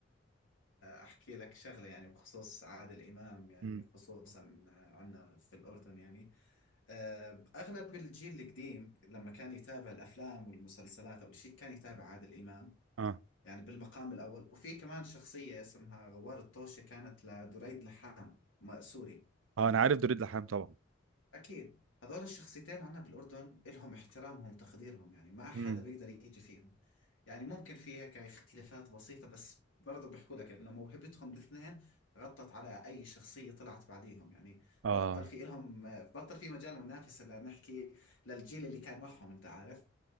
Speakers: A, on the left (about 85°); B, on the right (about 85°).
A: أحكي لك شغلة يعني بخصوص عادل إمام يعني
B: امم
A: خصوصا عنا في الأردن يعني أه، أغلب الجيل القديم لما كان يتابع الأفلام والمسلسلات أو شيء كان يتابع عادل إمام
B: اه
A: يعني بالمقام الأول وفي كمان شخصية اسمها غوار الطوشي كانت لدريد لحام ما- سوري تمام
B: اه انا عارف دوريد لحام طبعا
A: أكيد هذول الشخصيتين عنا بالأردن إلهم احترامهم تقديرهم يعني ما حدا
B: امم
A: بيقدر يجي فيهم يعني ممكن في هيك اختلافات بسيطة بس برضو بيحكوا لك إنه موهبتهم الاثنين غطت على أي شخصية طلعت بعديهم يعني
B: اه
A: بطل في إلهم بطل في مجال منافسة لنحكي للجيل اللي كان معهم أنت عارف